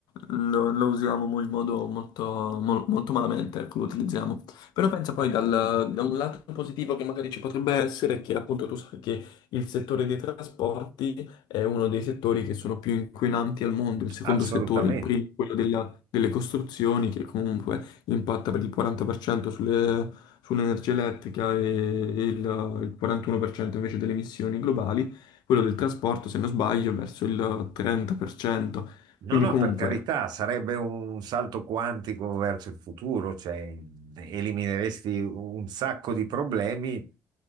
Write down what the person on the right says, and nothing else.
assolutamente.
No,
no,
per carità, sarebbe un salto quantico verso il futuro, cioè elimineresti un sacco di problemi.